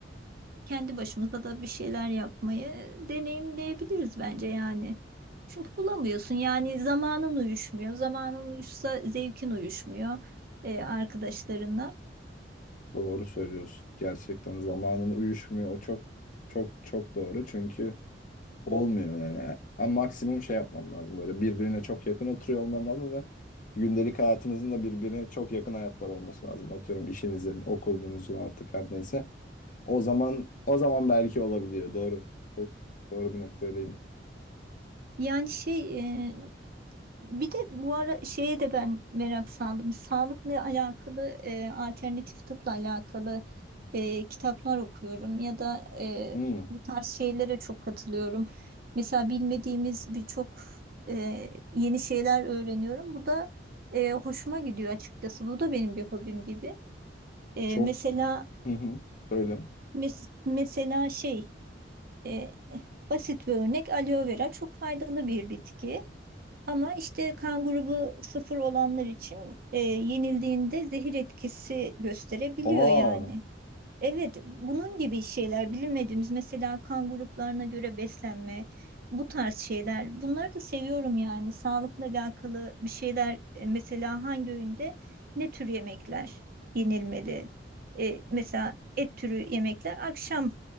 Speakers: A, on the right; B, on the left.
A: kendi başımıza da bir şeyler yapmayı deneyimleyebiliriz bence yani. Çünkü bulamıyorsun yani zamanın uyuşmuyor. Zamanın uyuşsa zevkin uyuşmuyor e, arkadaşlarınla.
B: Doğru söylüyorsun. Gerçekten zamanın uyuşmuyor. O çok çok çok doğru. Çünkü olmuyor yani. Ama maksimum şey yapman lazım. Böyle birbirine çok yakın oturuyor olman lazım ve gündelik hayatınızın da birbirine çok yakın hayatlar olması lazım. Atıyorum işinizin, okulunuzun artık her neyse. O zaman o zaman belki olabiliyor. Doğru. Çok doğru bir noktaya değindin.
A: Yani şey e, Bir de bu ara şeye de ben merak saldım. Sağlıkla alakalı, e, alternatif tıpla alakalı e, kitaplar okuyorum ya da e,
B: Hmm,
A: bu tarz şeylere çok katılıyorum. Mesela bilmediğimiz birçok e, yeni şeyler öğreniyorum. Bu da e, hoşuma gidiyor açıkçası. Bu da benim bir hobim gibi. E,
B: çok.
A: mesela
B: Hı hı. Söyle.
A: mes- mesela şey e, basit bir örnek aloe vera çok faydalı bir bitki. Ama işte kan grubu sıfır olanlar için e, yenildiğinde zehir etkisi gösterebiliyor
B: Aa.
A: yani. Evet, bunun gibi şeyler bilinmediğimiz mesela kan gruplarına göre beslenme, bu tarz şeyler. Bunları da seviyorum yani sağlıkla alakalı bir şeyler e, mesela hangi öğünde ne tür yemekler yenilmeli? E, mesela et türü yemekler akşam